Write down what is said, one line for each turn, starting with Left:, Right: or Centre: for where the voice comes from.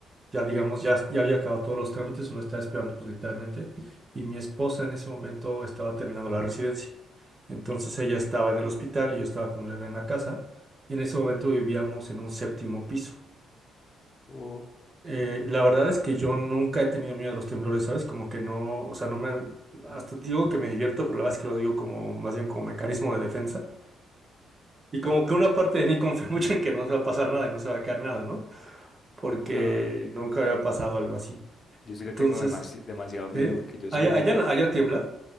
Right: ya digamos,
Left: sí,
Right: ya, ya había acabado todos los trámites, solo estaba esperando pues literalmente, y mi esposa en ese momento estaba terminando la residencia. Entonces
Left: ok.
Right: ella estaba en el hospital y yo estaba con el bebé en la casa, y en ese momento vivíamos en un séptimo piso.
Left: Oh,
Right: Eh, la verdad es que yo nunca he tenido miedo a los temblores, ¿sabes? Como que no, o sea, no me, hasta digo que me divierto, pero la verdad es que lo digo como, más bien como mecanismo de defensa. Y como que una parte de mí <laughs> confía mucho en que no se va a pasar nada y no se va a caer nada, ¿no? Porque
Left: no,
Right: nunca había pasado algo así.
Left: Yo sí le
Right: Entonces,
Left: tengo demasi- demasiado miedo
Right: ¿Sí?
Left: porque yo soy,
Right: Allá, allá,
Left: clau-
Right: allá tiembla.